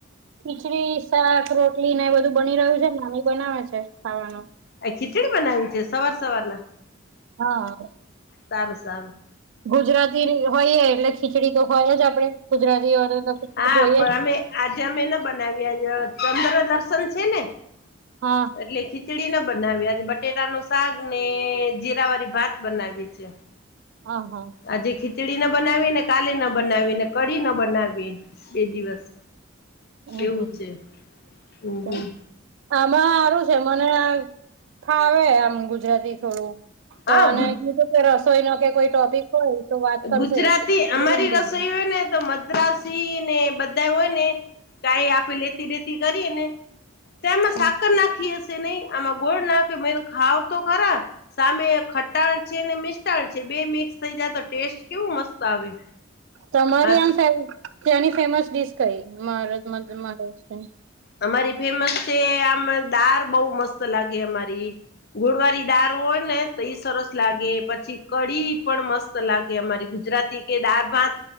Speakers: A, on the right; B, on the left.
A: ખીચડી, શાક, રોટલી ને એ બધું બની રહ્યું છે, નાની બનાવે છે ખાવાનું.
B: આ ખીચડી બનાવી છે, સવાર સવારના?
A: હા.
B: સારું, સારું.
A: ગુજરાતી હોયએ એટલે ખીચડી તો હોય જ આપડે ગુજરાતી થાળી ખીચડી
B: હા
A: હોયજ
B: પણ અમે આજે અમે ન બનાવ્યા ચંદ્ર દર્શન છે ને?
A: હા.
B: એટલે ખીચડીના બનાવી આજે બટેકા ને શાક ને જીરા વાળી ભાત બનાવી છે.
A: આ હા.
B: આજે ખીચડી ન બનાવી ને કાલે ન બનાવીને કઢી ન બનાવી બે દિવસ
A: <unintelligible>
B: એવું છે હમ
A: તો
B: હમ
A: આમાં એવુ છે મને ફાવે આમ ગુજરાતી થોડું તો
B: હા
A: અને
B: ગુજ
A: કીધું કે રસોઈ નો કે કોઈ ટોપિક હોય તો વાત કરશે
B: ગુજરાતી
A: તો મે કીધું
B: અમારી
A: વાંધો
B: રસોઈ
A: નય
B: હોય ને તો મદ્રાસીને બધા હોય ને કાઈ આપી લેતી દેતી કરીએ ને તેમાં
A: કરી
B: સાકર નાખી હશે નહી આમાં ગોળ નાખે ખાવ તો ખરા સામે ખટાણ છે, ને મિસ્ટાણ છે, બે મિક્સ થઇ જાય તો ટેસ્ટ કેવું મસ્ત આવે.
A: તમારી
B: હા
A: આમ ત્યાંની ફેમસ ડીશ કઈ <unintelligible> મહારાષ્ટ્રની.
B: અમારી ફેમસ છે, આમ દાર બઉ મસ્ત લાગે અમારી ગોળવાળી દાળ હોય ને તો એ સરસ લાગે પછી કઢી પડ મસ ત લાગે અમારી ગુજરાતી કે દાળ ભાત